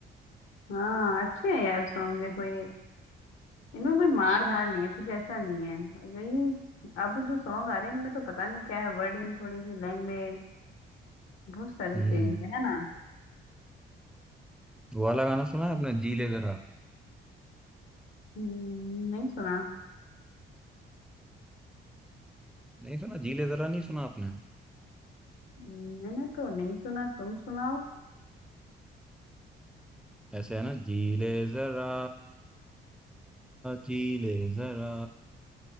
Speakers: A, on the left; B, in the centre.
A: हाँ अच्छे है यार सॉन्ग देखो ये इनमें कोई मार धार नहीं है कुछ ऐसा नहीं है जो ये अब जो सॉन्ग आ रहे हैं इनमें तो पता नहीं क्या है वर्डिंग थोड़ी सी लैंग्वेज बहुत सारे
B: हम्म
A: चेंज है ना
B: वो वाला गाना सुना है आपने जी ले जरा
A: हम्म, नहीं सुना
B: नहीं सुना जी ले जरा नहीं सुना आपने
A: हम्म, मैंने तो नहीं सुना तुम सुनाओ
B: ऐसे है ना जी ले जरा जी ले जरा